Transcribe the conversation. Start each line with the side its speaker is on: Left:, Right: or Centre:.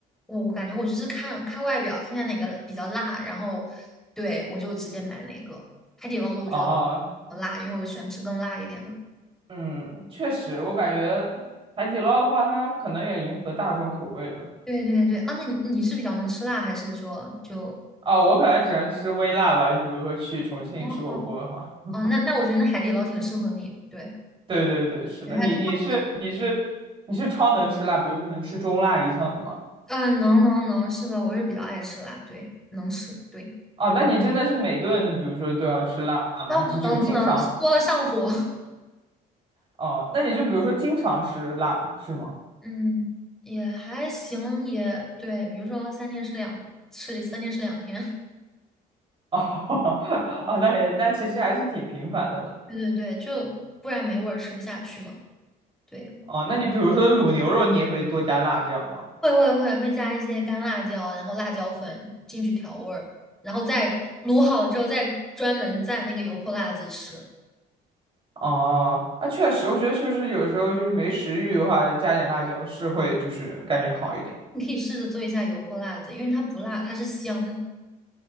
Centre: 我我感觉我就是看看外表，看一下哪个比较辣，然后对我就直接买哪个。海底捞的我觉得
Right: 哦，
Centre: 不辣，因为我喜欢吃更辣一点的。
Right: 嗯，确实，我感觉海底捞的话，它可能也迎合大众口味了。
Centre: 对对对啊，那你你是比较能吃辣，还是说就
Right: 哦，我可能只能吃微辣吧，比如说去重庆吃火锅的话。
Centre: 哦哦，那那我觉得那海底捞挺适合你，对，
Right: 对对对，是的，
Centre: 对它这个
Right: 你你是你是你是超能吃辣，比如说能吃中辣以上的吗？
Centre: 嗯，能能能，是的，我是比较爱吃辣，对，能吃，对。
Right: 哦，那你真的是每顿都，比如说都要吃辣吗？
Centre: 啊，
Right: 还是就是经常？
Centre: 不能不能，多了上火。<laughs>
Right: 哦，那你就比如说经常吃辣是吗？
Centre: 嗯，也还行，也对。比如说三天吃两吃三天吃两天，
Right: 哦，<laughs> 啊，那也那其实还是挺频繁的了。
Centre: <laughs> 对对对，就不然没味儿，吃不下去嘛。对，
Right: 哦，那你比如说卤牛肉，你也会多加辣这样吗？
Centre: 会会会会加一些干辣椒，然后辣椒粉进去调味儿，然后再卤好了之后，再专门蘸那个油泼辣子吃。
Right: 哦，啊，确实，我觉得确实有时候就是没食欲的话，加点辣椒是会就是感觉好一点。
Centre: 你可以试着做一下油泼辣子，因为它不辣，它是香，